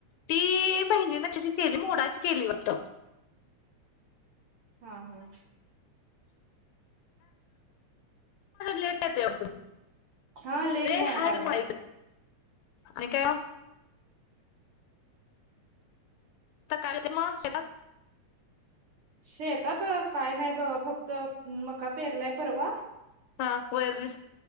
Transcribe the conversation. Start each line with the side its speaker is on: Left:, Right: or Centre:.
Left: ती बहिणीने त्याशी केली मोडाची केली वाटत.
Right: हा हा
Left: लेट येत तू
Right: हा लेट नाही या
Left: हाय
Right: लागलाय
Left: म आणि काय हे शेतात
Right: शेतात काय नाही बबा फक्त मका पेरलाय परवा.
Left: हा वर दि